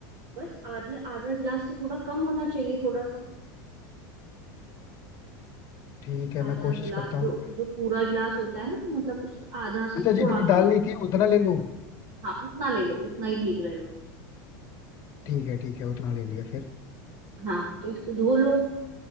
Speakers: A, on the right; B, on the left.
A: बस आधा आधा गिलास से थोड़ा कम होना चाहिए थोड़ा सा
B: ठीक है मैं
A: आधा
B: कोशिश
A: गिलास
B: करता हूँ
A: जो जो पूरा गिलास होता है ना मतलब उसका आधा से
B: अच्छा
A: थोड़ा
B: जितनी
A: कम
B: दाल ली थी उतना ले लूँ
A: हाँ उतना ले लो उतना ही ठीक रहेगा
B: ठीक है ठीक है उतना ले लिया फिर
A: हाँ तो इसको धो लो